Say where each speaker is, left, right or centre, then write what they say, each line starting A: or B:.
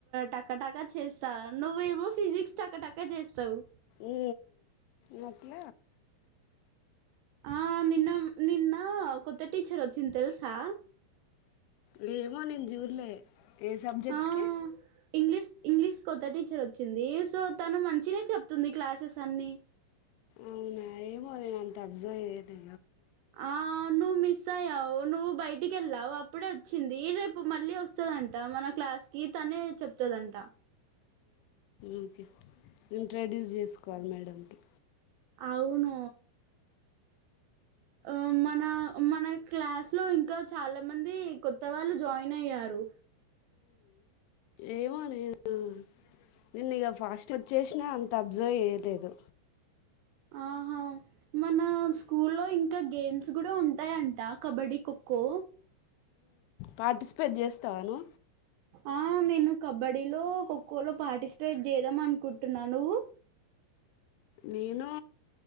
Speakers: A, on the right; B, on the left.
A: టక్కటాక్క చేస్తా నువ్వేమో ఫిజిక్స్ టక్కటక్క చేస్తావు్
B: ఈ మట్ల
A: ఆ నిన్న నిన్న కొత్త టీచర్ వచ్చింది తెలుసా
B: లేమో నేను జూర్లే ఏ సబ్జెక్ట్కి
A: ఆ ఇంగ్లీష్ ఇంగ్లీష్ కొత్త టీచర్ వచ్చింది సో తను మంచినే చెప్తుంది క్లాసెస్ అన్ని
B: అవునా ఏమో నేను అంత అబ్జర్వ్ అయది
A: ఆ ను మసా నువ్వు బయటికి వెళ్ళావు అప్పుడే వచ్చింది రేపు మళ్ళీ వస్తదంట మన క్లాస్ కి తనే చెప్తదంట
B: ఓకే ఇంట్రొడ్యూస్ చేసుకోవాలి మేడంకి
A: అవును ఆ మన మన క్లాస్ లో ఇంకా చాలా మంది కొత్త వాళ్ళు జాయిన్ అయ్యారు
B: ఏమో నేను నిను ఇక ఫాస్ట్ వచ్చేసినా అంత అబ్జర్వ్ చేయలేదు
A: ఆహా మన స్కూ లో ఇంకా గేమ్స్ కూడా ఉంటాయంట కబడ్డీ ఖోఖో
B: పార్టిసిపేట్ చేస్తావాను
A: ఆ నేను కబడ్డీలో ఖోఖోలో పార్టిసిపేట్ చేద్దాం అనుకుంటున్నానువ
B: నేను